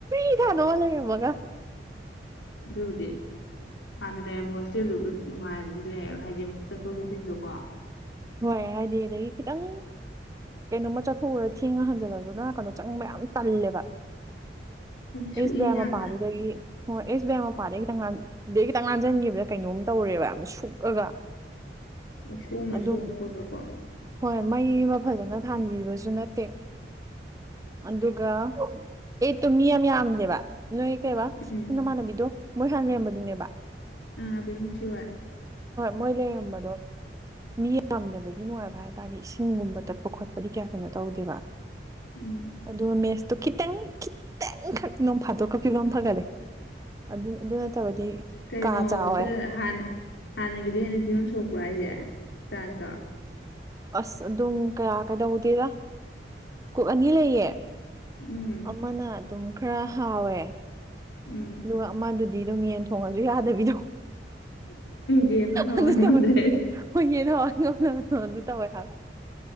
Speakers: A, on the right (about 20°); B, on the left (about 85°).
A: ꯤꯗꯥꯗꯣ ꯋꯥꯂꯕꯒ
B: ꯌ ꯍꯧꯗꯤ ꯀꯅꯂ ꯌꯥꯝꯕ ꯍꯣꯁꯦꯦꯜ ꯅꯨꯡꯉꯥꯏꯕꯗꯤꯗꯤ ꯂꯩꯗꯣ ꯍꯥꯏꯗꯤ ꯆꯠꯊꯣꯛ ꯆꯠꯁꯤꯟꯗꯣꯀꯣ
A: ꯍꯣꯏ ꯍꯥꯏꯗꯤ ꯑꯗꯒꯤ ꯈꯤꯇꯪ ꯀꯩꯅꯣꯝꯃ ꯆꯠꯊꯣꯛꯎꯒ ꯊꯦꯡꯉ ꯍꯟꯖꯤꯜꯂ ꯑꯗꯨꯅꯅꯥꯀꯥꯟꯗ ꯆꯪꯕ ꯌꯥꯝ ꯇꯜꯂꯦꯕ
B: ꯑꯩꯈꯣꯏꯅ ꯁꯣꯛꯏꯅꯦ
A: ꯏꯁ ꯑꯃ
B: ꯌꯥꯝꯅ
A: ꯄꯥꯗꯗꯒꯤ ꯍꯣꯏ ꯑꯦꯁ ꯕꯤ ꯑꯥꯏ ꯃꯄꯥꯗꯩ ꯈꯤꯇꯪ ꯑꯗꯗꯒꯤ ꯈꯤꯇꯪ ꯉꯥꯟꯁꯤꯟꯈꯤꯕꯗ ꯀꯩꯅꯣꯝ ꯇꯧꯔꯦꯕ ꯌꯥꯝ ꯁꯨꯛꯑꯒ <inaudible>
B: ꯍꯣꯏ ꯁꯣꯝꯅ
A: ꯑꯗꯨꯝ
B: ꯁꯣꯡꯕꯗꯀꯣ
A: ꯍꯣꯏ ꯃꯩ ꯑꯃ ꯐꯖꯅ ꯊꯥꯟꯕꯤꯕꯁꯨ ꯅꯠꯇꯦ ꯑꯗꯨꯒ ꯑꯩ ꯇꯣ ꯃꯤ ꯌꯥꯝ ꯌꯥꯝꯗꯦꯕ ꯅꯣꯏ ꯀꯩꯕꯥ
B: ꯎꯝ
A: ꯁꯝ ꯅꯃꯥꯟꯅꯕꯤꯗꯣ ꯃꯣꯏ ꯍꯥꯟꯅ ꯂꯩꯔꯝꯕꯗꯨꯅꯦꯕ
B: ꯑ ꯑꯕꯅ ꯁꯤ ꯋꯥ
A: ꯃꯣꯏꯂꯦꯔꯝꯕꯗꯣ ꯃꯤ ꯌꯥꯝꯗꯕꯒꯤ ꯅꯨꯡꯉꯥꯏꯕ ꯍꯥꯏ ꯇꯥꯔꯗꯤ ꯏꯁꯤꯡꯒꯨꯝꯕ ꯇꯠꯄ ꯈꯣꯠꯄꯗꯤ ꯀꯌꯥ ꯀꯩꯅꯣ ꯇꯧꯗꯦꯕ
B: ꯎꯝ
A: ꯑꯗꯨꯒ ꯃꯦꯁ ꯑꯣ ꯈꯤꯇꯪ ꯈꯤꯇꯪꯈꯛ ꯅꯣꯡ ꯐꯥꯠꯇꯣꯛꯀ ꯐꯤꯕꯝ ꯐꯒꯠꯂꯦ ꯑꯗꯨ ꯑꯗꯨ ꯅꯠꯇꯕꯗꯤ
B: ꯀꯩꯅꯣ
A: ꯀꯥ ꯆꯥꯎꯋꯦ
B: ꯍꯣꯁꯇꯦꯜꯅ ꯍꯥꯟꯅꯒꯤꯗꯤ ꯍꯦꯟꯅ ꯐꯤꯕꯝ ꯁꯣꯛꯄ꯭ꯔꯥ ꯍꯥꯏꯁꯦ ꯆꯥꯡꯀ
A: ꯑꯁ ꯑꯗꯨꯝ ꯀꯌꯥ ꯀꯩꯗꯧꯗꯦꯗ ꯀꯣꯛ ꯑꯅꯤ ꯂꯩꯌꯦ
B: ꯎꯝ
A: ꯑꯃꯅ ꯑꯗꯨꯝ ꯈꯔ ꯍꯥꯎꯋꯦ
B: ꯎꯝ
A: ꯑꯗꯨꯒ ꯑꯃꯗꯨꯗꯤ ꯑꯗꯨꯝ ꯌꯦꯟ ꯊꯣꯡꯉꯁꯨ ꯌꯥꯗꯕꯤꯗꯣ
B: ꯌꯦꯟꯗꯣ ꯍꯥꯎꯍꯟ
A: ꯑ ꯊꯃꯛ
B: ꯉꯝꯗ꯭ꯔꯦ
A: ꯍ ꯌꯦꯅ ꯅ ꯅ ꯇꯣ ꯑꯗꯨ ꯇꯋꯥꯏ ꯍꯥꯏꯋꯥ